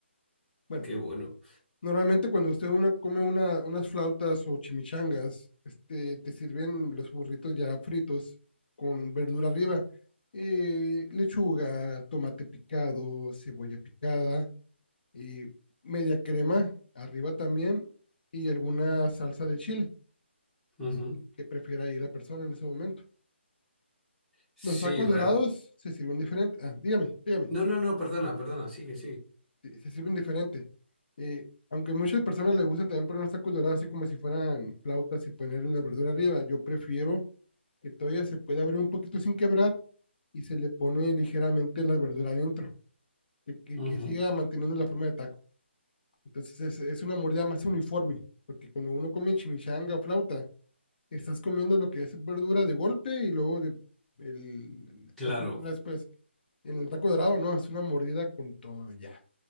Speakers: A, on the left; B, in the centre.
A: Bueno,
B: Qué bueno.
A: normalmente cuando usted una, come una, unas flautas o chimichangas, este, te sirven los burritos ya fritos con verdura arriba. Eh, lechuga, tomate picado, cebolla picada, y media crema arriba también y alguna salsa de chile.
B: Ujú.
A: de qué prefiera ahí la persona en ese momento.
B: Sí,
A: Los tacos
B: real.
A: dorados se sirven diferente. Ah, dígame, dígame.
B: No, no, no, perdona, perdona, sigue,
A: Sí, se sirven diferente. Eh, aunque muchas personas les gustan también poner los tacos dorados así como si fueran flautas y poner la verdura arriba, yo prefiero que todavía se pueda abrir un poquito sin quebrar y se le pone ligeramente la verdura adentro, que, que,
B: sigue.
A: que siga manteniendo la forma de taco. Entonces es, es una mordida más uniforme, porque cuando uno come chimichanga o flauta, estás comiendo lo que es verdura de golpe y luego de, el-
B: Claro,
A: la fritura después. En el taco dorado, no, es una mordida con todo, ya,